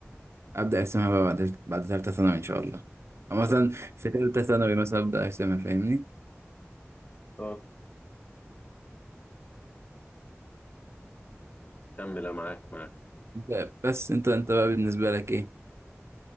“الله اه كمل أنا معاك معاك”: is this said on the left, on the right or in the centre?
Left